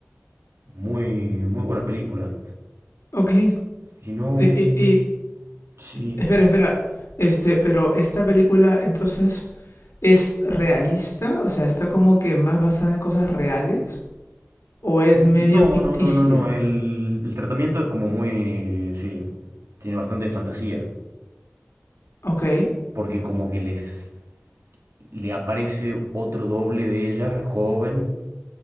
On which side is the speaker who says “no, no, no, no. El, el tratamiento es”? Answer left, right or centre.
Right